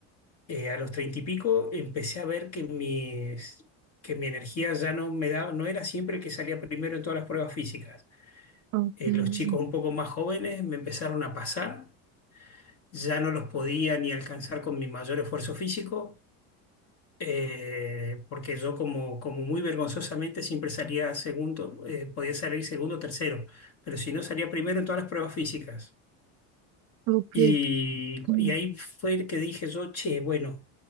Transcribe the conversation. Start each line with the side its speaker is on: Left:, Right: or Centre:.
Left: eh, a los treinta y pico empecé a ver que mis, que mi energía ya no me daba, no era siempre el que salía primero en todas las pruebas físicas.
Right: Ok,
Left: Eh, los chicos
Right: sí.
Left: un poco más jóvenes me empezaron a pasar, ya no los podía ni alcanzar con mi mayor esfuerzo físico eh, porque yo como, como muy vergonzosamente siempre salía segundo, eh, podía salir segundo o tercero, pero si no salía primero en todas las pruebas físicas.
Right: Ok,
Left: Y,
Right: mm,
Left: y ahí fue el que dije yo, che, bueno,